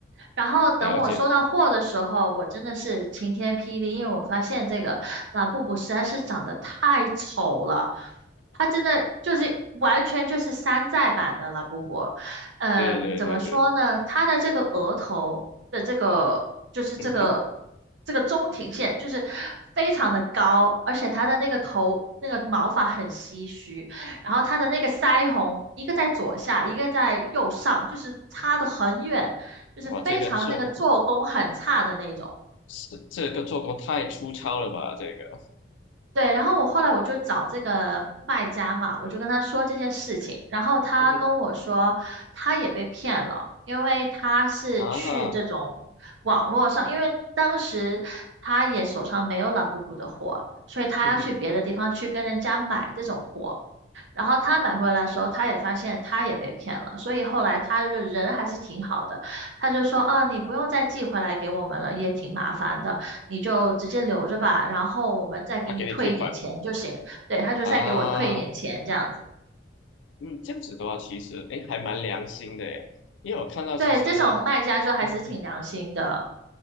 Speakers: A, on the right (about 75°); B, on the left (about 80°).
A: 然后等我收到货的时候，
B: 了解，
A: 我真的是晴天霹雳，因为我发现这个拉布布实在是长得太丑了，它真的就是完全就是山寨版的拉布布。嗯，
B: 对对对对，
A: 怎么说呢？它的这个额头的这个就是这个
B: 嗯哼，
A: 这个中庭线就是非常的高，而且它的那个头那个毛发很稀疏。然后他的那个腮红，一个在左下，一个在右上，就是差得很远，就是非常那个做工很差的那种。
B: 哇，这个做工，这这个做工太粗糙了吧，这个，
A: 对，然后我后来我就找这个卖家嘛，我就跟他说这件事情，然后他跟我说他也被骗了，
B: 嗯哼，
A: 因为他是去这种
B: 啊，
A: 网络上，因为当时他也手上没有 l a b 的货，所以他要去别的地方去跟人家买这种货。
B: 嗯哼，
A: 然后他买回来的时候，他也发现他也被骗了，所以后来他的人还是挺好的，他就说啊，你不用再寄回来给我们了，也挺麻烦的，你就直接留着吧，然后我们再给你退一点钱就行。
B: 他给你退款
A: 对，他就再给我退一点钱这样子。
B: 啊。嗯，这样子的话，其实哎，诶还蛮良心的耶，因为我看到其实，
A: 对，这种卖家就还是挺良心的。
B: 嗯，